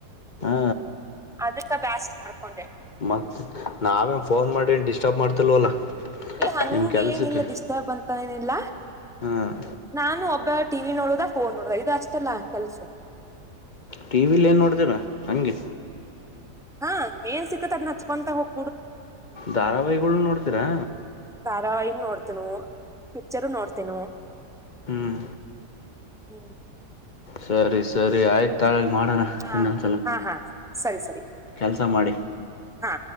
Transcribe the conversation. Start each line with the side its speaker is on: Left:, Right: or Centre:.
Left: ಹಾ
Centre: ಅದಕ್ಕ ಬ್ಯಾಸರ್ ಮಾಡ್ಕೊಂಡೆ
Left: ಮ ನಾವೇನು ಪೋನ್ ಮಾಡಿ ಡಿಸ್ಟಾರ್ಬ್ ಮಾಡ್ತಿಲ್ವಲ್ಲ.
Centre: ಏ ಹಂಗೆ
Left: ನಿಮ್ ಕೆಲ್ಸಕ್ಕೆ
Centre: ಏನಿಲ್ಲ ಡಿಸ್ಟಾರ್ಬ್ ಅಂತ ಏನಿಲ್ಲ
Left: ಹಾ
Centre: ನಾನು ಒಬ್ಬ್ ಟಿವಿ ನೋಡದ ಫೋನ್ ನೋಡದ ಇದು ಅಷ್ಟೇ ಅಲ್ಲ ಕೆಲಸ
Left: ಟಿವಿ ಅಲ್ಲಿ ಏನ್ ನೋಡ್ತೀರಾ ಹಂಗೆ
Centre: ಹಾ ಏನ್ ಸಿಕ್ತ್ ಅದ್ನ ಅಚ್ಕೊಂತಾ ಹೋಗ್
Left: ಧಾರಾವಹಿಗಳನ್ನೂ ನೋಡ್ತೀರಾ.
Centre: ಧಾರಾವಾಹಿನ ನೋಡ್ತೀನು ಪಿಕ್ಚರ್ ನೋಡ್ತೀನು
Left: ಹ್ಮ್
Centre: ಹ್ಮ್
Left: ಸರಿ ಸರಿ ಆಯ್ತು ತಾಳಿ ಮಾಡೋಣ
Centre: ಹಾ
Left: ಇನ್ನೊಂದ್ಸಲ
Centre: ಹಾ ಹಾ ಸರಿ ಸರಿ
Left: ಕೆಲಸ ಮಾಡಿ.
Centre: ಹಾ